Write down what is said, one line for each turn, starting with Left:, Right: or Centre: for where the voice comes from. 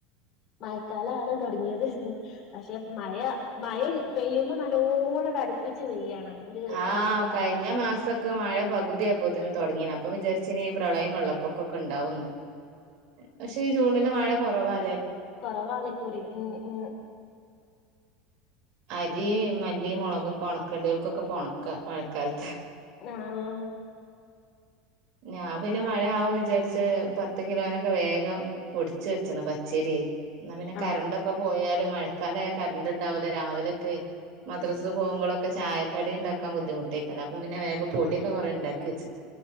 Left: മഴക്കാലണ് തുടങ്ങിയത് പക്ഷെ മയഴ മഴ പെയ്യുമ്പോ നല്ലോണം അടുപ്പിച്ച് പെയ്യാണ് ഒരു
Right: ആഹ്
Left: സമയം തരാതെ
Right: കഴിഞ്ഞ മാസൊക്കെ മഴ പകുതി ത്തിന് തുടങ്ങിണ് അപ്പൊ വിചാരിച്ചിനി പ്രളയും വെള്ളപ്പൊക്കൊക്കെ ഉണ്ടാവുന്നു ഉം പക്ഷെ ഈ ജൂണി മഴ കുറവാ
Left: കൊറവാണിക്കുറി ഉ ഉ
Right: അരി മല്ലി മുളകൊക്കെ ഉണക്കണ്ടി ക്കൊക്കെ പോണക്ക മഴക്കാലത്ത്
Left: ആഹ്
Right: ഞാൻ പിന്നെ മഴയാവും വിചാരിച്ച് പത്ത് കിലോനൊക്കെ വേഗം പൊടിച്ച് വെച്ചണ് പച്ചേരി എന്നാ പിന്നെ ക
Left: ആഹ്
Right: രണ്ടൊക്കെ പോയാല് മഴക്കാലായ കറണ്ട് ഉണ്ടാവല്ലോ രാവിലെൊക്കെ മദ്രസ് പോകുമ്പോഴൊക്കെ ചായക്കടി ഉണ്ടാക്കാൻ ബുദ്ധിമുട്ടേക്കരം അപ്പൊ പിന്നെ വേഗ പൊടിയൊക്കെ കൊറെ ഉണ്ടാക്കി വെച്ച